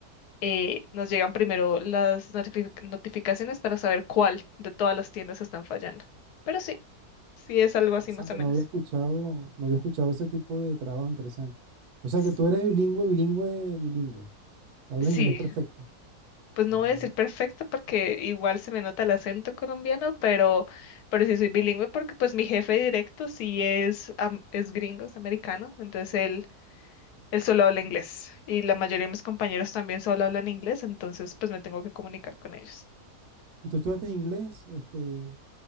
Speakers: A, on the left; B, on the right.
A: eh, nos llegan primero las notifi- notificaciones para saber cuál de todas las tiendas están fallando. Pero sí. Sí, es algo
B: Interesante,
A: así más o menos.
B: no había escuchado, no había escuchado ese tipo de trabajo interesante. O sea
A: S-
B: que tú eres bilingüe, bilingüe, bilingüe. Hablas
A: Sí,
B: inglés perfecto.
A: pues no
B: Ah,
A: voy a decir perfecto porque igual se me nota el acento colombiano, pero, pero sí soy bilingüe porque pues mi jefe directo sí es, am- es gringo, es americano, entonces él, él solo habla inglés y la mayoría de mis compañeros también solo hablan inglés, entonces pues me tengo que comunicar con ellos.
B: ¿Y tú estudiaste inglés? Este,